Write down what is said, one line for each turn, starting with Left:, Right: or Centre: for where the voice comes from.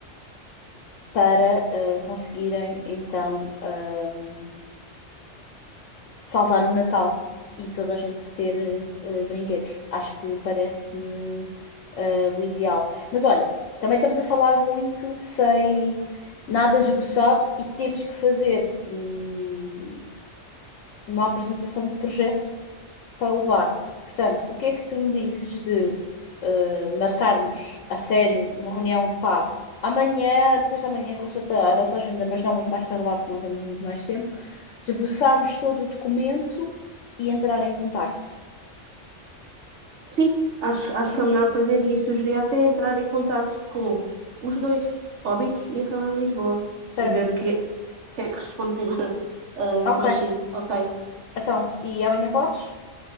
Left: para eh, conseguirem então ahm, salvar o Natal e toda a gente ter eh, eh, brinquedos. Acho que parece-me eh, o ideal. Mas olha, também estamos a falar muito sem nada esboçado e temos que fazer hum, uma apresentação de projeto para levar. Portanto, o que é que tu me dizes de eh, marcarmos a sério uma reunião, pá, amanhã, depois da manhã, consulta a nossa agenda, mas não muito mais tardar, porque não temos muito mais tempo, esboçarmos todo o documento e entrar em contacto.
Right: Sim, acho, acho
Left: Sim?
Right: que é melhor fazer e sugeria até entrar em contato com os dois, Óbidos e a Câmara de Lisboa,
Left: Certo.
Right: e ver o que, que é que responde primeiro. <laughs> Ah,
Left: Ok.
Right: mas sim, ok,
Left: Então, e amanhã podes?